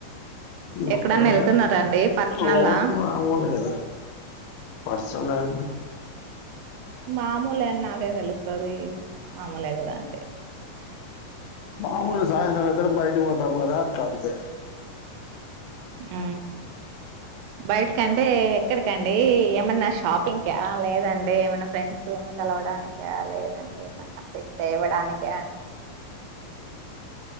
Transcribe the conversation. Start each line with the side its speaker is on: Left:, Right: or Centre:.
Left: నువ్
Right: ఎక్కడన్నా
Left: అక్కడోలే
Right: వెళ్తున్నారా అండి పర్సనల్లా
Left: ఊర్కు మాములే కదా. పర్సనలు
Right: మామూలే అని నాకేం తెలుస్తది. మామూలే కదా అంటే.
Left: మాముూలు సాయంత్రం ఐతేనే బయటికి పోతాము కదా అట్ల అంతే.
Right: ఆ బయటికంటే ఎక్కడికండి? ఏమన్న షాపింగ్ క లేదంటే ఏమన్న ఫ్రెండ్స్ ఉ. ఉ కలవడానిక లేదంటే ఏమన్నా తె తేవడానిక?